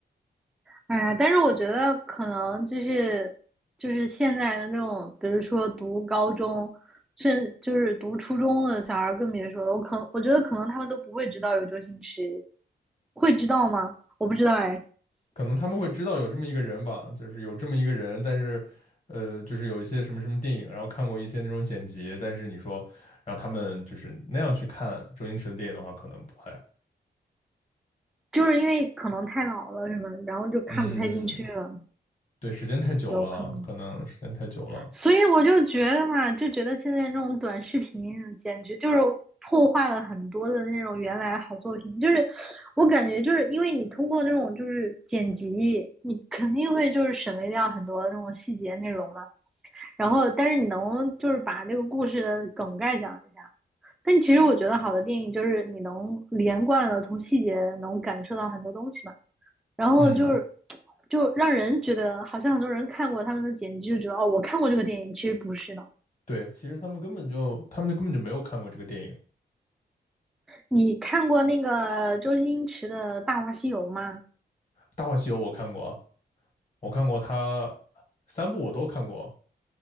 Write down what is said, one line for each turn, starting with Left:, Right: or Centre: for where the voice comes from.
Centre: 哎呀，但是我觉得可能就是就是现在的这种，比如说读高中，甚就是读初中的小孩儿更别说了。我可我觉得可能他们都不会知道有周星驰，会知道吗？我不知道哎，
Left: 可能他们会知道有这么一个人吧，就是有这么一个人，但是，呃，就是有一些什么什么电影，然后看过一些那种剪辑，但是你说让他们就是那样去看周星驰的电影的话，可能不会。
Centre: 就是因为可能太老了什么，然后就看不太进去了，
Left: 嗯，对，时间太久了，
Centre: 有可能。
Left: 可能时间太久了。
Centre: 所以我就觉得嘛，就觉得现在这种短视频简直就是破坏了很多的那种原来好作品。就是我感觉，就是因为你通过这种就是剪辑，你肯定会就是省略掉很多那种细节内容嘛。然后，但是你能就是把这个故事的梗概讲一下。但其实我觉得好的电影就是你能连贯的从细节能感受到很多东西嘛。然后就是
Left: 嗯，
Centre: 就让人觉得好像很多人看过他们的剪辑，就觉得哦，我看过这个电影，其实不是的。
Left: 对，其实他们根本就他们根本就没有看过这个电影，
Centre: 你看过那个周星驰的《大话西游》吗？
Left: 《大话西游》我看过啊，我看过他三部我都看过，